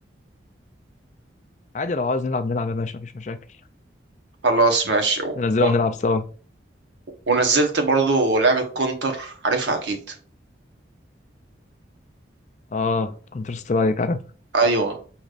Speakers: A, on the left; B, on the right.
A: عادي لو عاوز نلعب نلعب يا باشا مفيش مشاكل
B: خلاص ماشي و...
A: ننزلها
B: و-
A: ونلعب سوا
B: ونزلت برضو لعبة كونتر عارفها اكيد
A: آه كونتر سترايك عارف
B: ايوه